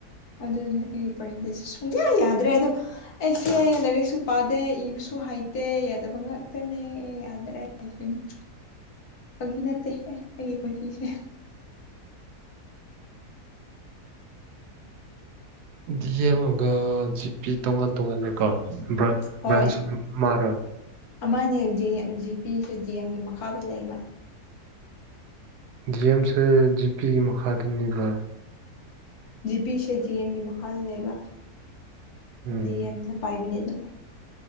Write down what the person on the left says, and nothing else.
ꯑꯗꯨꯅꯦ ꯑꯩꯒꯤ ꯄꯔꯁꯦꯟꯇꯦꯖꯦ ꯁꯨꯡꯌꯥ ꯌꯥꯗ꯭ꯔꯦ ꯑꯗꯣ ꯑꯩꯁꯦ ꯂꯥꯏꯔꯤꯛꯁꯨ ꯄꯥꯗꯦ ꯏꯕꯁꯨ ꯍꯩꯇꯦ ꯌꯥꯗꯕ ꯉꯇꯅꯦ ꯌꯥꯗ꯭ꯔꯦ ꯁ ꯐꯒꯤ ꯅꯠꯇꯦ ꯑꯦ ꯑꯩꯒꯤ ꯄꯨꯟꯁꯤꯁꯦ <inaudible>
ꯍꯣꯏ
ꯑꯃꯅꯦ ꯖꯤ ꯑꯦꯝ ꯖꯤ ꯄꯁꯨ ꯖꯤ ꯑꯦꯝꯒꯤ ꯃꯈꯥꯗ ꯂꯩꯕ
ꯖꯤꯄꯤꯁꯦ ꯖꯤ ꯑꯦꯝꯒꯤ ꯃꯈꯥꯗ ꯂꯩꯕ
ꯗꯤ ꯑꯦꯝꯅ ꯄꯥꯏꯕꯅꯦ ꯑꯗꯨꯝ <inaudible>